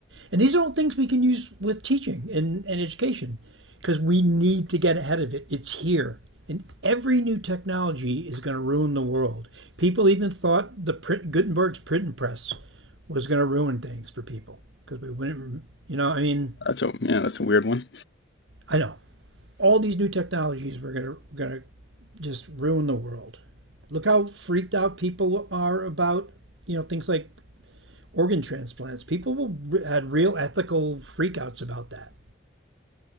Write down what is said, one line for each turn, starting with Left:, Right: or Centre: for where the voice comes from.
Right: And these are all things we can use with teaching and, and education because we need to get ahead of it. It's here. And every new technology is going to ruin the world. People even thought the print, Gutenberg's printing press was going to ruin things for people because we wouldn't, you know, I mean,
Left: that's a yeah that's a weird one.
Right: I know all these new technologies were going to going to just ruin the world. Look how freaked out people are about, you know, things like organ transplants. People will, had real ethical freakouts about that.